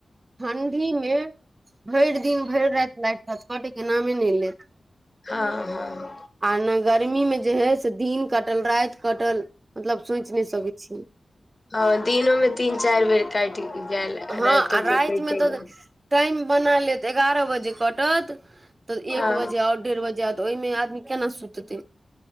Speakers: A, on the right; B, on the left.
A: ठण्ढीमे भरि दिन भरि राति लागि रहत कटयके नामे नहि लेत
B: आ हँ
A: आ ने गर्मीमे जे हइ से दिन कटल राति कटल मतलब सोचि नहि सकैत छीय
B: हँ दिनोमें तीन चारि बेर कटि गेल
A: हँ
B: राइतो
A: आ रातिमे
B: के कटे
A: तऽ
B: गेल
A: टाइम बना ले त एगारह बजे कटत तऽ एक
B: हँ
A: बजे आओर डेढ़ बजे आ तऽ ओहिमे आदमी केना सुततै